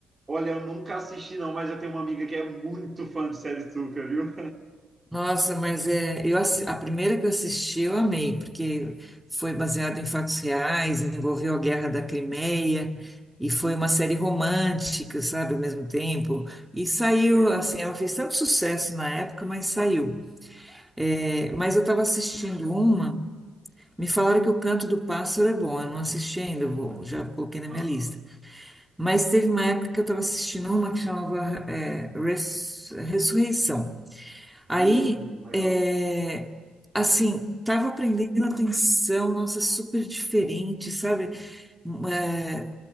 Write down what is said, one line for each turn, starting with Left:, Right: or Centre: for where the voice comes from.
Right: Olha, eu nunca assisti, não, mas eu tenho uma amiga que é muito fã de série Tuca, viu?
Centre: Nossa, mas é, eu, assi- a primeira que eu assisti eu amei, porque foi baseado em fatos reais, envolveu a Guerra da Crimeia, e foi
Right: <laughs>
Centre: uma série romântica, sabe, ao mesmo tempo. E saiu,
Right: Legal.
Centre: assim, ela fez tanto sucesso na época, mas saiu. É, mas eu estava assistindo uma, me falaram que o Canto do Pássaro é bom, eu não assisti ainda, eu vou- já coloquei na
Right: Aham.
Centre: minha lista. Mas teve uma época que eu estava assistindo uma que chamava, é, Res- Ressurreição. Aí,
Right: Hum, legal.
Centre: é, assim, tava aprendendo atenção, nossa, super diferente, sabe? Um, É,